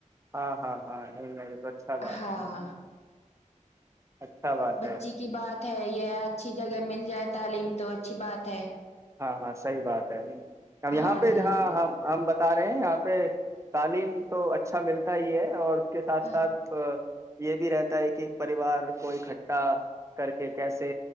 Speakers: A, on the right; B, on the left.
A: ہاں ہاں ہاں نہیں نہیں تو اچھا بات
B: ہاں
A: ہے اچھا بات
B: بچی
A: ہے
B: کی بات ہے یہ اچھی جگہ مل جائے تعلیم تو اچھی بات ہے
A: ہاں ہاں صحیح بات ہے
B: ہاں
A: یہاں پہ
B: جی
A: جہاں
B: ہاں جی
A: ہم بتا رہے ہیں یہاں پہ تعلیم تو اچھا ملتا ہی ہے اور کے ساتھ
B: ہاں
A: ساتھ یہ بھی رہتا ہے کہ پریوار کو اکٹھا کر کے کیسے